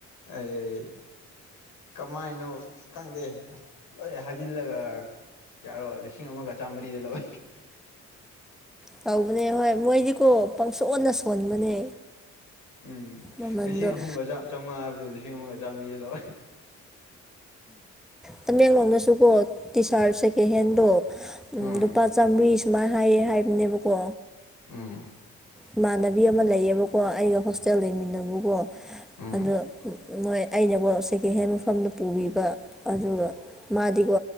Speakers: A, on the left; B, in the centre.
A: ꯑꯩ ꯀꯃꯥꯏꯅꯣ ꯈꯪꯗꯦ ꯍꯣꯏ ꯍꯥꯏꯖꯤꯜꯂꯒ ꯀꯌꯔꯣ ꯂꯤꯁꯤꯪ ꯑꯃꯒ ꯑꯆꯥ ꯃꯔꯤꯗꯦꯂꯕ
B: ꯇꯧꯕꯅꯦ ꯍꯣꯏ ꯃꯣꯏꯗꯤꯀꯣ ꯄꯪꯁꯣꯟꯅ ꯁꯣꯟꯕꯅꯦ
A: ꯎꯝ
B: ꯃꯃꯟꯗꯣ
A: ꯂꯤꯁꯤꯡ ꯑꯍꯨꯝꯒ ꯆꯥꯝꯃꯉꯥ ꯍꯥꯏꯕꯗꯣ ꯂꯤꯁꯤꯡ ꯑꯃꯒ ꯆꯥꯝꯃꯔꯤ ꯂꯧ
B: ꯇꯃꯦꯡꯂꯣꯡꯗꯁꯨ ꯀꯣ ꯁꯥꯔ ꯁꯦꯀꯦꯟ ꯍꯦꯟꯗꯣ
A: ꯎꯝ
B: ꯂꯨꯄꯥ ꯆꯥꯃꯔꯤ ꯁꯨꯃꯥꯏꯅ ꯍꯥꯏꯌꯦ ꯍꯥꯏꯕꯅꯦꯕꯀꯣ
A: ꯑꯝ
B: ꯏꯃꯥꯟꯅꯕꯤ ꯑꯃ ꯂꯩꯌꯦꯕꯀꯣ ꯑꯩꯒ ꯍꯣꯁꯇꯦꯜ ꯂꯩꯃꯤꯟꯅꯕꯀꯣ
A: ꯑꯝ
B: ꯑꯗꯣ ꯃꯣꯏ ꯑꯩꯅꯀꯣ ꯁꯦꯀꯦꯟ ꯍꯦꯟ ꯃꯐꯝꯗ ꯄꯨꯕꯤꯕ ꯑꯗꯨꯒ ꯃꯥꯗꯤꯀꯣ